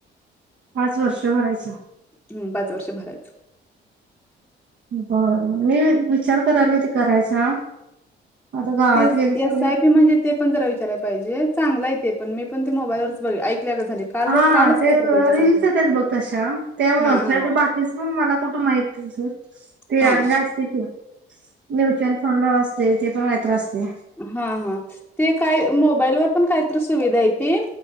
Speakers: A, on the right; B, in the centre.
A: पाच वर्ष भरायचं?
B: हम् पाच वर्ष भरायचं.
A: बरं मी वी विचार करायले ते करायचा. आता गावात
B: ते
A: गेले की
B: एस आय पी म्हणजे ते पण जरा विचारायला पाहिजे, चांगला आहे ते पण, मी पण ते मोबाईलवरच बघ ऐकल्यागत झाले काल
A: हां
B: कालच
A: ते
B: काहीतरी बघितल्यासारखं
A: रील्स
B: झालं.
A: येतात बघ तशा, त्यामुळेच
B: हा हा
A: नई तर बाकी तेच पण मला कुठं माहित <unintelligible> ते
B: हा
A: आणले असते की. म्युचुअल फंड असते, ते पण काहीतरी असते.
B: हं हं ते काय मोबाईलवर पण काहीतर सुविधा येती,